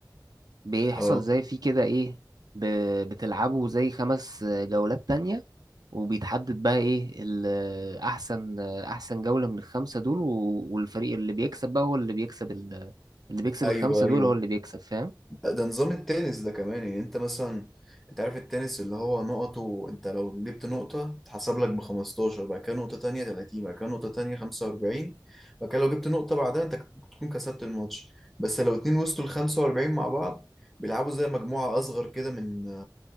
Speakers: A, on the right; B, in the centre.
A: بيحصل
B: اه
A: زي في كده ايه ب... بتلعبوا زي خمس جولات تانية وبيتحدد بقى ايه ال- احسن احسن جولة من الخمسة دول و... والفريق اللي بيكسب بقى هو اللي بيكسب ال... اللي بيكسب
B: ايوه
A: الخمسة
B: ايوه
A: دول هو اللي بيكسب فاهم
B: ده ده نظام التنس ده كمان يعني انت مثلا انت عارف التنس اللي هو نقطه انت لو جبت نقطة تحسب لك ب 15 بعد كده نقطة تانية 30 بعد كده نقطة تانية 45 بعد كده لو جبت نقطة بعدها انت تكون كسبت الماتش بس لو اتنين وصلوا ل 45 مع بعض بيلعبوا زي مجموعة أصغر كده من